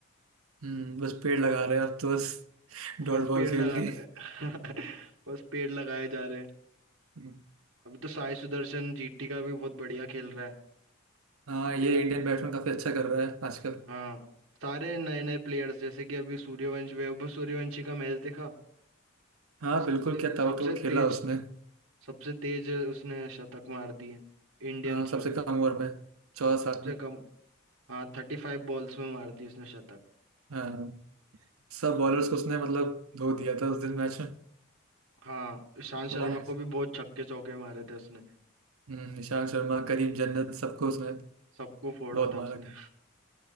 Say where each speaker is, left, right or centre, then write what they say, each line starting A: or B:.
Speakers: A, on the right (about 75°); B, on the right (about 60°).
A: हम्म बस पेड़ लगा रहे हैं अब तो बस डॉट
B: बस
A: बॉल
B: पेड़
A: खेल
B: लगा
A: के
B: रहे हैं। <laughs> बस पेड़ लगाए जा रहे हैं
A: हम्म,
B: अभी तो साई सुदर्शन जीटी का भी बहुत बढ़िया खेल रहा है
A: हाँ
B: बढ़िया
A: ये इंडियन बैट्समैन काफी अच्छा कर रहा है आजकल
B: हाँ सारे नए नए प्लेयर्स जैसे कि अभी सूर्यवंशी वैभव सूर्यवंशी का मैच देखा
A: हाँ
B: सबसे
A: बिल्कुल क्या ताबड़तोड़
B: सबसे
A: खेला
B: तेज
A: उसने
B: सबसे तेज उसने शतक मार दिए इंडियंस
A: हाँ सबसे
B: में
A: कम ओवर में चौदह साल
B: सबसे
A: में
B: कम हाँ थर्टी फाइव बॉल्स में मार दी उसने शतक
A: हाँ सब बॉलर्स को उसने मतलब धो दिया था उस दिन मैच में
B: हाँ ईशांत शर्मा
A: वन
B: को भी बहुत छक्के चौके मारे थे उसने
A: निशांत शर्मा करीम जन्नत सबको उसने
B: सबको फोड़ा
A: बहुत
B: था
A: मारा
B: उसने
A: था